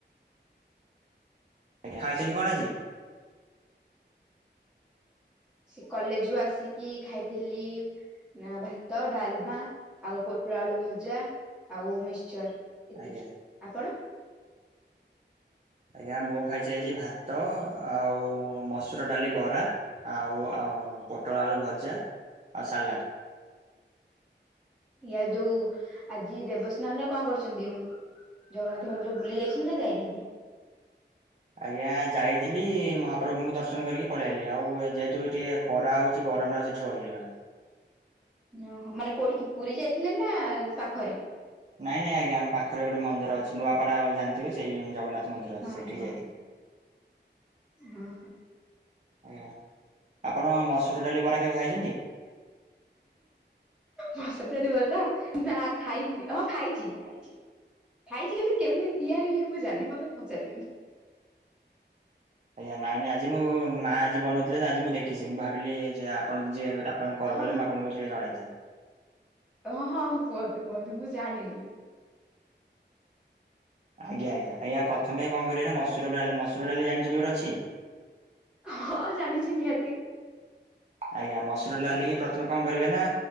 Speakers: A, on the right (about 40°); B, in the centre.
A: ଆଜ୍ଞ ଖାଇଛନ୍ତି କଣ ଆଜି?
B: ସେ କଲେଜରୁ ଆସିକି ଖାଇଥିଲି। ନା ଭାତ ଡାଲମା ଆଉ ପୋଟଳ ଆଳୁ ଭଜା ଆଉ ମିକ୍ସଚର। ଏତିକି
A: ଆଜ୍ଞା
B: ଆପଣ।
A: ଆଜ୍ଞା ମୁଁ ଖାଇଛି ଆଜି ଭାତ ଆଉ ମସୁର ଡାଲି ବରା। ଆଉ ପୋଟଳ ଆଳୁ ଭଜା ଆଉ ସାଲାଡ଼।
B: ୟା ଯୋଉ ଆଜି ଦେବସ୍ନାନରେ କଣ କରୁଛନ୍ତି? ଜଗନ୍ନାଥ ମନ୍ଦିର ବୁଲି ଯାଇଛନ୍ତି ନା ଯାଇନାହାନ୍ତି?
A: ଆଜ୍ଞା ଯାଇଥିଲି ମହାପ୍ରଭୁଙ୍କୁ ଦର୍ଶନ କରିକି ପଳେଇ ଆଇଲି ଆଉ ଯେହେତୁ ଟିକେ ଖରା ହଉଛି ଗରମ ତ ହଉଚି ସେଠି ରହିହେଲାଣି।
B: ଓହୋ ମାନେ କୋଉଠିିକି ପୁରୀ ଯାଇଥିଲେ ନା ପାଖରେ?
A: ନାଇଁ ନାଇଁ ଆଜ୍ଞା ଆମ ପାଖରେ ଗୋଟେ ମନ୍ଦିର ଅଛି ନୂଆପଡା ଜାଣିଥିବେ ସେଇ ଜଗନ୍ନାଥ ମନ୍ଦିର ଅଛି
B: ହଁ
A: ସେଠି
B: ହଁ
A: ଯାଇଥିଲି।
B: ହଁ
A: ଆଜ୍ଞା ଆପଣ ମସୁର ଡାଲି ବରା କେବେ ଖାଇଛନ୍ତି?
B: ମସୁର ଡ଼ାଲି ବରା ନା ଖାଇନି ହଁ ଖାଇଛି ଖାଇଛି। ଖାଇଛି କିନ୍ତୁ କେମିତି ତିଆରି ହୁଏ ମୁଁ ଜାଣିନି ମୋତେ ପଚାରିବେନି।
A: ଆଜ୍ଞା ନାଇଁ ନାଇଁ ଆଜି ମୁଁ ମା ଆଜି ବନଉଥିଲେ ତ ଆଜି ମୁଁ ଦେଖିଛି ମୁଁ ଭାବିଲି ଆପଣ ଯିଏ ଆପଣ କଲ
B: ହଁ
A: କଲେ ମୁଁ ଆପଣଙ୍କୁ ଟିକେ ଜଣାଇଥାନ୍ତି।
B: ଓ ହଁ ହଁ କୁହନ୍ତୁ କୁହନ୍ତୁ ମୁଁ ଜାଣିନି।
A: ଆଜ୍ଞା ଆଜ୍ଞା ଆଜ୍ଞା ପ୍ରଥମେ କଣ କରିବେ ନା ମସୁର ଡାଲି ମଶୁର ଡାଲି ଜାଣିଛନ୍ତି ଗୋଟେ ଅଛି?
B: ହଁ ଜାଣିଛି ନିହାତି।
A: ଆଜ୍ଞା ମସୁର ଡାଲିକି ପ୍ରଥମେ କଣ କରିବେ ନା